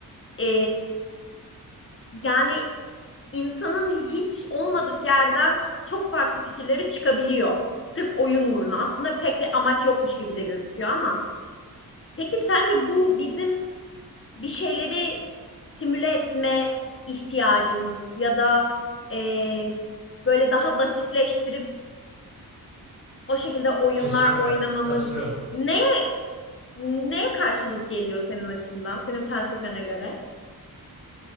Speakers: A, on the left (about 35°); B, on the right (about 65°).
A: e, yani insanın hiç olmadık yerden çok farklı fikirleri çıkabiliyor. Sırf oyun uğruna. Aslında pek bir amaç yokmuş gibi de gözüküyor ama peki sence bu bizim bir şeyleri simüle etme ihtiyacımız ya da e, böyle daha basitleştirip o şekilde oyunlar
B: <laughs> kesinlikle
A: oynamamız
B: katılıyorum.
A: neye neye karşılık geliyor senin açından, senin felsefene göre?